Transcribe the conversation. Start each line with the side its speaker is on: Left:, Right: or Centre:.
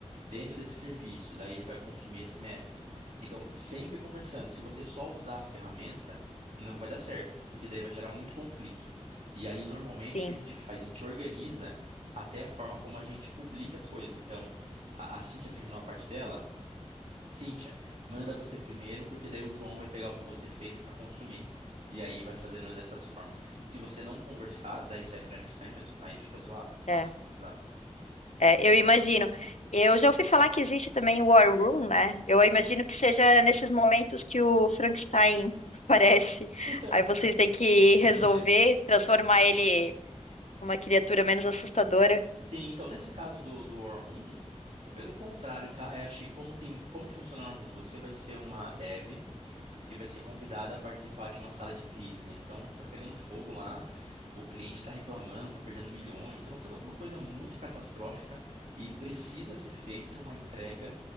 Right: dentro desse serviço, daí ele vai consumir esse método. Então, sempre conversando. Se você só usar a ferramenta, não vai dar certo, porque daí vai gerar muito conflito. E aí, normalmente,
Left: Sim.
Right: o que a gente faz? A gente organiza até a forma como a gente publica as coisas. Então, a, a Cíntia terminou a parte dela. Cíntia, manda você primeiro, porque daí o João vai pegar o que você fez para consumir. E aí vai fazendo uma dessas formas. Se você não conversar, daí sai Frankenstein mesmo. Aí fica zoado.
Left: é
Right: Nossa, fica pesado.
Left: É, eu imagino. Eu já ouvi falar que existe também o War Room, né? Eu imagino que seja nesses momentos que o Frankenstein <laughs> aparece.
Right: Então,
Left: Aí vocês têm que resolver
Right: <laughs>
Left: transformar ele numa criatura menos assustadora.
Right: Sim, então nesse caso do, do War Room, é pelo contrário, tá? Eu acho que como tem, como que funciona o War Room? Você vai ser uma dev que vai ser convidada a participar de uma sala de crise, né? Então tá pegando fogo lá, o cliente tá reclamando, tá perdendo milhões, tá acontecendo alguma coisa muito catastrófica e precisa ser feita uma entrega